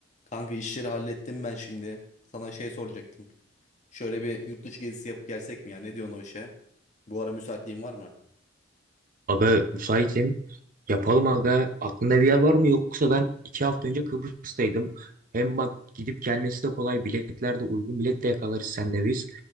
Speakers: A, on the left (about 40°); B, on the right (about 45°).
A: Kanka işleri hallettim ben şimdi. Sana şey soracaktım. Şöyle bir yurt dışı gezisi yapıp gelsek mi ya? Ne diyorsun o işe? Bu ara müsaitliğin var mı?
B: Aga müsaitim. Yapalım aga. Aklında bir yer var mı? Yoksa ben iki hafta önce Kıbrıs'taydım. Hem bak gidip gelmesi de kolay. Biletler de uygun bilet de yakalarız senle biz.